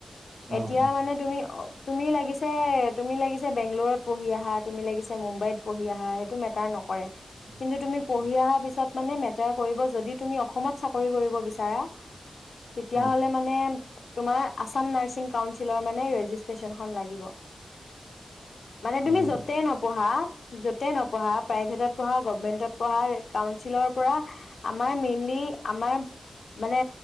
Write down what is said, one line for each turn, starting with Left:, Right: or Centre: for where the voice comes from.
Right: অ',
Left: এতিয়া
Right: অ',
Left: মানে তুমি অ তুমি লগিছে তুমি লগিছে বেংগলোৰত পঢ়ি আহা তুমি লগিছে মুম্বাইত সেইটো মেটাৰ নকৰে
Right: উম,
Left: কিন্তু তুমি পঢ়ি
Right: উম,
Left: আহা পিছত মানে মেটাৰ কৰিব যদি তুমি অসমত চাকৰি কৰিব বিচাৰা তেতিয়া
Right: উম,
Left: হলে মানে তোমাৰ আছাম নাৰচ কাউন্সিলৰ মানে ৰেজিষ্ট্ৰেচনখন লাগিব। মানে তুমি
Right: অ',
Left: য'তেই নপ পঢ়া য'তে নপঢ়া প্ৰাইভেটত পঢ়া গভমেন্টত পঢ়া কাউন্সিলৰ পৰা আমাৰ মেইনলি আমাৰ মানে